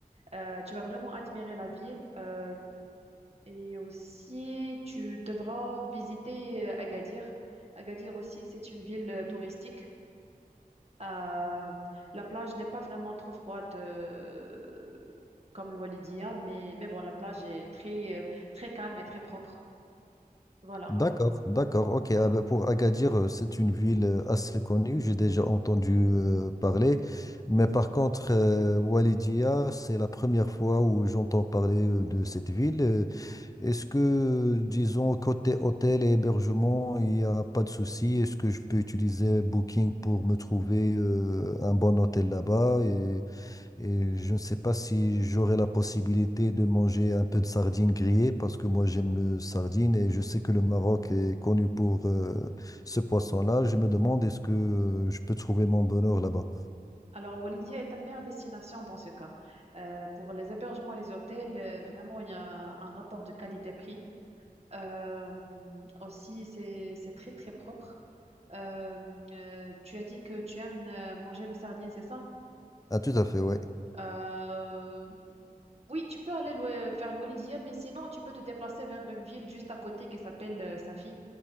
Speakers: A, on the right; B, on the left.
A: Euh, tu vas vraiment admirer la ville. Euh, et aussi, tu devras visiter euh, Agadir. Agadir aussi, c'est une ville euh, touristique. Euh, la plage n'est pas vraiment trop froide euh, comme le Walidia, mais, mais bon, la plage est très, euh, très calme et très propre. Voilà.
B: D'accord, d'accord. Ok, ah ben, pour Agadir, euh, c'est une ville euh, assez connue, j'ai déjà entendu euh, parler. Mais par contre, euh, Walidia, c'est la première fois où j'entends parler euh, de cette ville. Euh, Est-ce que, disons, côté hôtel et hébergement, il n'y a pas de souci? Est-ce que je peux utiliser Booking pour me trouver euh, un bon hôtel là-bas? Et je ne sais pas si j'aurai la possibilité de manger un peu de sardines grillées parce que moi j'aime le sardine et je sais que le Maroc est connu pour euh, ce poisson-là. Je me demande est-ce que euh, je peux trouver mon bonheur là-bas.
A: Alors, le Walidia est ta meilleure destination dans ce cas. Euh, pour les hébergements et les hôtels, euh, vraiment, il y a un rapport de qualité-prix. Euh, aussi, c'est, c'est très, très propre. Euh, euh, tu as dit que tu aimes euh, manger le sardine, c'est ça?
B: Ah, tout à fait, oui.
A: Euh, oui, tu peux aller l'ouest- vers l'Oualidia, mais sinon, tu peux te déplacer vers une ville juste à côté qui s'appelle euh, Safi.